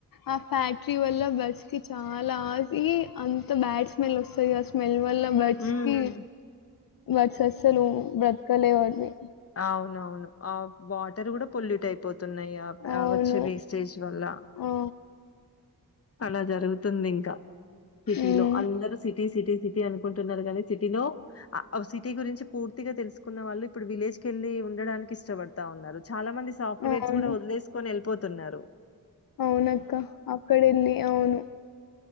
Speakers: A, on the left; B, on the left.
A: ఆ ఫ్యాక్టరీ వల్ల బస్ కి చా అలా ఆగి అంత బ్యాడ్ స్మెల్ వస్తాయి ఆ స్మెల్ వల్ల బర్డ్స్
B: హ్మ్.
A: కి బర్డ్స్ అస్సలు బ్రతకలేవవి
B: అవునవును. ఆ వాటర్ కూడా పొల్యూట్ అయిపోతున్నాయి ఆ
A: అవును.
B: ఆ వచ్చే వేస్టేజ్ వల్ల
A: ఆ!
B: అలా జరుగుతుంది ఇంకా సిటీలో
A: హ్మ్.
B: అందరు సిటీ సిటీ సిటీ అని ఉంటున్నారు కానీ సిటీలో సిటీ గురించి పూర్తిగా తెలుసుకున్న వాళ్ళు ఇప్పుడు విలేజ్ కెళ్ళి ఉండడానికి ఇష్టపడతా ఉన్నారు చాలా మంది సాఫ్ట్వేర్స్
A: అవును.
B: కూడా వదిలేసుకొని వెళ్ళిపోతున్నారు
A: అవునక్క అక్కడెళ్లి అవును